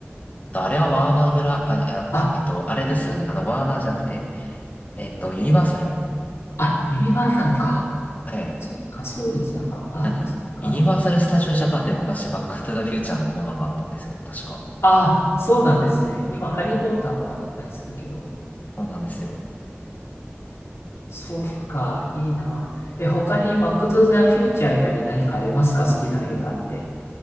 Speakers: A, on the left; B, on the left.
A: えっと、あれはワーナーブラ、あ、いやえっと、
B: あ、
A: あれです。
B: うん、
A: あの、ワーナーじゃなくて、えっと、ユニバーサル。
B: あ、ユニバーサルか。
A: はい。
B: そっか、そうでしたか。あ、
A: なんで、ユニバーサル・
B: そっか。
A: スタジオ・ジャパンって昔、バック・トゥ・ザ・フューチャーのコーナーがあったんですよね、確か。
B: あ、そうなんですね。今、ハリー・ポッターとかだったりするけど。
A: そうなんですよ。
B: そうか、いいな。え、他にバックトゥーザフューチャー以外に何かありますか好きな映画って。